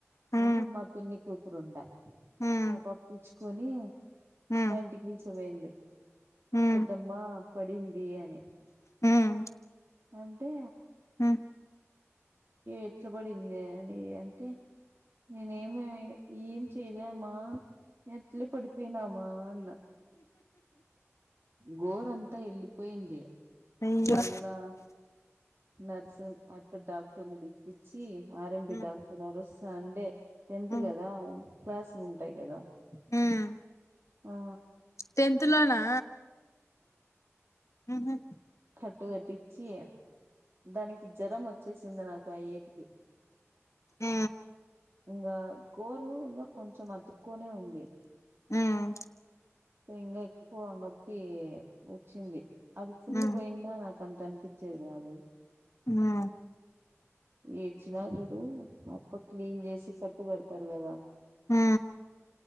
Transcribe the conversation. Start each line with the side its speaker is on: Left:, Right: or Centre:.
Left: ఉ
Right: ఆమె మా పిన్ని కూతురుండే
Left: ఉ ఉ
Right: ఆ పప్పించి కొని
Left: హ్మ్
Right: మా ఇంటికి పిల్సకా పోయింది.
Left: హ్మ్
Right: పెద్దమ్మ పడింది. అని
Left: హ్మ్
Right: అంటే
Left: హ్మ్
Right: ఎట్లా బడిందే. అని అంటే నేను ఏమైయ్ ఈడచ్ చేదామా ఎట్లే పడిపోయినామ్మా అన్న గోర అంతా వెళ్ళిపోయింది.
Left: అయ్యో
Right: మళ్ళా నర్స్ అ డాక్టర్ పిలిపించి ఆర్ఎంబి
Left: హ్మ్
Right: డాక్టర్ గారు స్ సండే టెన్త్
Left: హ్మ్
Right: కదా క్లాస్లులు ఉంటాయి. కదా
Left: హ్మ్
Right: ఆ
Left: టెన్త్ లోనా ఊహూ
Right: కటిచ్చి దానికి జ్వరం వచ్చేసింది నాకు అ ఏటికి
Left: ఆ
Right: ఇంగ గోరు ఇంకా కొంచెం అతుకోనే ఉంది.
Left: హ్మ్
Right: ఇంగా ఎక్కువ నొప్ వచ్చింది. అది ఫుల్
Left: హ్మ్
Right: పోయిందా అ అంత అనిపించేద్ కాదు
Left: ఆ
Right: ఏడ్చిన చుడు అప్పుడు క్లీన్ చేసి కట్టు కంటారు. కదా
Left: ఆ